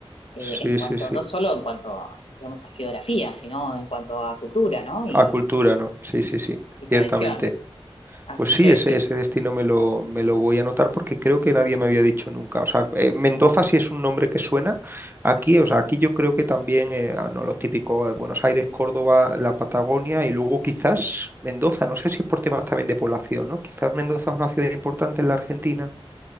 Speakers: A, on the left; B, on the right.
A: eh,
B: Sí,
A: en cuanto,
B: sí, sí.
A: no solo en cuanto, digamos, a geografía, sino en cuanto a cultura, ¿no? Y,
B: A cultura, ¿no? Sí, sí, sí.
A: y tradición.
B: Ciertamente.
A: Así
B: Pues sí,
A: que
B: ese,
A: sí,
B: ese destino me lo, me lo voy a anotar porque creo que nadie me había dicho nunca. O sea, eh, Mendoza sí es un nombre que suena aquí. O sea, aquí yo creo que también, eh, ah, no, los típicos eh, Buenos Aires, Córdoba, la Patagonia y luego quizás Mendoza. No sé si es por temas también de población, ¿no? Quizás Mendoza es una ciudad importante en la Argentina.